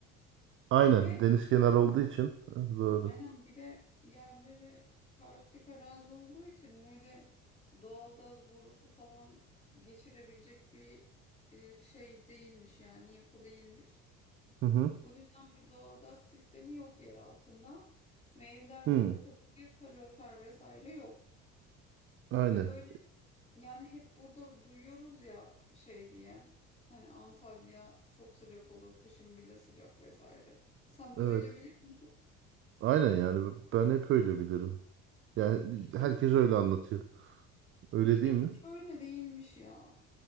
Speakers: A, on the right; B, on the left.
A: Aynen
B: ve
A: deniz kenarı olduğu için. Ha, Doğru.
B: aynen bir de yerleri karstik arazi olduğu için böyle doğalgaz borusu falan geçirebilecek bir e, şey değilmiş yani yapı değilmiş.
A: Hı hı.
B: Bu yüzden bir doğalgaz sistemi yok yer altında ve evlerde
A: Hı.
B: de tabii ki kalorifer vesaire yok.
A: Aynen.
B: Ve böyle yani hep burada duyuyoruz ya şey diye hani Antalya çok sıcak olur kışın bile sıcak vesaire. Sen de
A: Evet.
B: öyle biliyor musun?
A: Aynen yani ben hep öyle bilirim. Yani
B: İşte,
A: herkes öyle anlatıyor. Öyle
B: işte
A: değil
B: hiç
A: mi?
B: öyle değilmiş ya.